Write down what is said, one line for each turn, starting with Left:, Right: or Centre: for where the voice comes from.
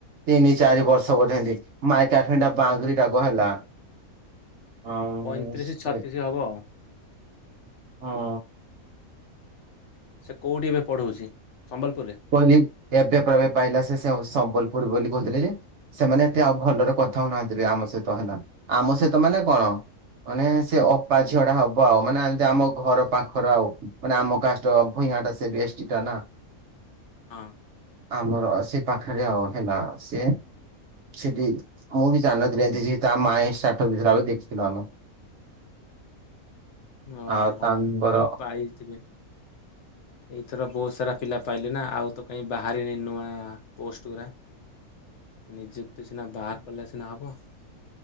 Right: ତିନି ଚାରିବର୍ଷ
Left: ଛତିଶ
Right: ବୋଧେ ଏନ୍ତି। ମାଇ <unintelligible> ବାଙ୍ଗରିଟା ଗୋ ହେଲା। ଆଉ
Left: ପଇଁତିରିଶ
Right: ସେ
Left: ଛତିଶ ହବ ଆଉ।
Right: ହଁ
Left: ସେ କୋଉଠି ଏବେ ପଢଉଛି ସମ୍ବଲପୁରରେ।
Right: କହିଲି ଏବେ ବେ ପାଇଲା ସେ ସମ୍ବଲପୁର ବୋଲି କହୁଥିଲେ ଯେ ସେମାନେ ଏତେ ଆଉ ଭଲରେ କଥା ହଉନାହାଁନ୍ତି ବେ ଆମ ସହିତ ହେଲା ଆମ ସହିତ ମାନେ କଣ ମାନେ ସେ ଅପା ଝିଅଟା ହବ ଆଉ ମାନେ ଏନ୍ତି ଆମ ଘର ପାଖର ଆଉ। ମାନେ ଆମ କାଷ୍ଟ ଭୂଇଁଟା ସେ ବି ଏସ୍ଟି ଟା ନା।
Left: ହଁ।
Right: ଆମର ସେ ପାଖେରେ ଆଉ ହେଲା ସେ ସେଠି ମୁଁ ବି ଜାଣି ନଥିଲି ଏନ୍ତି ଯେ ତା ମାଇଁ ଷ୍ଟାଟସ ଦେଇଥିଲା ବୋଲି ଦେଖିଥିଲୁ ଆମେ।
Left: ଓ
Right: ଆଉ
Left: ହୋ
Right: ତାଙ୍କର
Left: ହଁ ପାଇଥିବେ। ଏଇଥର ବହୁତ ସାରା ପିଲା ପାଇଲେ ନା ଆଉ ତ କାଇଁ ବାହାରିନି ନୂଆ ପୋଷ୍ଟ ଗୁଡା। ନିଯୁକ୍ତି ସିନା ବାହାର କଲେ ସିନା ହବ।